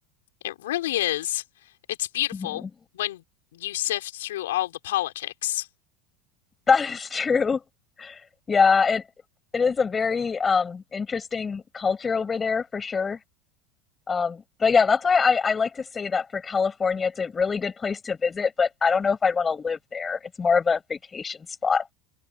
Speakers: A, on the left (about 85°); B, on the left (about 25°).
A: It really is. It's beautiful
B: Mhm. <laughs>
A: when you sift through all the politics.
B: That is true. Yeah, it it is a very um, interesting culture over there for sure. Um, but yeah, that's why I, I like to say that for California, it's a really good place to visit, but I don't know if I'd want to live there. It's more of a vacation spot.